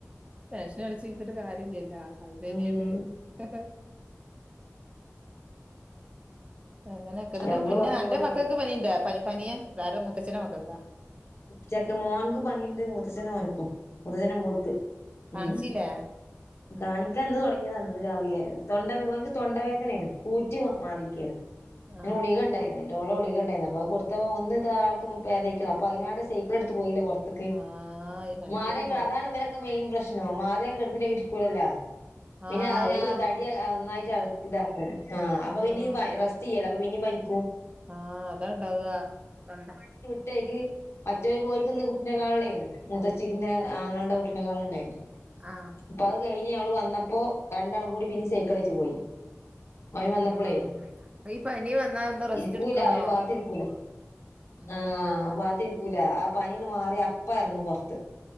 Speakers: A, on the right; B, on the left.
A: ടെൻഷൻ അടിച്ചരുന്നട്ടരു കാര്യല്ലല്ലോ അത് ശരിയാട്ട്
B: ഉം
A: <unintelligible> അങ്ങനെക്കേ
B: ഞമ്മള്
A: പിന്നെ
B: പറയും
A: അന്റെ
B: പോലെ
A: മക്കക്ക് പനിണ്ടാ പ പനിയ വേറെ മുത്തച്ഛൻന്റെ മക്കക്കാ
B: ചക്ക മോൻകും പനിയുണ്ട് മുത്തച്ഛനെ മോനക്കും മുത്തച്ഛന മോൾക്ക്
A: കാണ്ചില്ലേ
B: ഉം കാണിക്കാൻ ഇന്ന് തുടങ്ങിയതാണ് ഇന്ന് രാവിലെ തൊണ്ടവേ അവനക്ക് തൊണ്ടവേദനയാണ് കൂറ്റ് മാറിയിക്കാണ്
A: ആ
B: ഗുളിക ഉണ്ടായിരുന്നു ന്റൊള ഗുളിക ഉണ്ടായിരുന്നു അപ്പ കൊടുത്ത ഒന്ന് താ ആള്ക്ക്‌ ഭേതയിക്ക്ണ് അ പയ്നാല് സൈക്കിൾടുത്ത് പോയില്ലേ പൊർത്ക്ക്
A: ആ ഈ മഴത്തൊക്കെ
B: മാരെ
A: പൊറ
B: അതാണ് വരെ മെയിൻ പ്രശ്നോ മാറിയകെടുപ്പിനെ രിക്കൂലലൊ പിന്നെ
A: ആ
B: അതിന
A: ഒരു
B: തടി നന്നായിട്ട് ഇതാക്ക് ആ അപ്പൊ
A: ആ
B: പിന്നിം റസ്റ്റ്യ്യല്ലേ അപ്പൊ പിന്നിം പനിക്കും
A: ആ അതണ്ടാവാ തൊണ്ട
B: ട്ടേഖ് മറ്റെർകോര്ക്ന്ന് ഓല്ക്ക് കുട്ടിനെ കാന്ളെർന്ന് മൂതച്ചിന്റെ ആങ്ങൽടെ കുട്ടിനെകാണൽണ്ടായിരുന്നു
A: ആ
B: പ്പൊ അഹ് കഴിഞ്ഞ് അവള് വന്നപ്പോ രണ്ടാലും കൂടി പിന്നിം സേക്കളേറ്റ് പോയി അവന് വന്നപ്പളെയ്
A: ആഹ് ഈ പനി വന്നാ ഒന്ന് റെസ്റ്റ്
B: ഇരിക്കൂല
A: എടുക്കണോ
B: ഒരു പാത്തിരിക്കൂല
A: ഉം
B: ആ അപ്പാത്തി ക്കൂല ആ പനിന്ന് മാറിയാ അപ്പ അറങ്ങും പൊർത്ത്